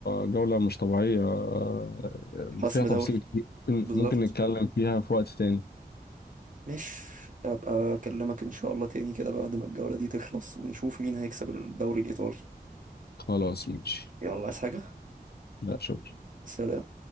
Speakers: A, on the left; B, on the right.
A: جولة مش طبيعية آه،
B: حسم
A: فيها تفاصيل
B: دوري
A: كتير ممكن
B: بالظبط
A: ممكن نتكلم فيها في وقت تاني
B: مش أبقى أكلمك إن شاء الله تاني كده بعد ما الجولة دي تخلص ونشوف مين هيكسب الدوري الإيطالي
A: خلاص ماشي
B: يلا عايز حاجة
A: لا شكرا
B: سلام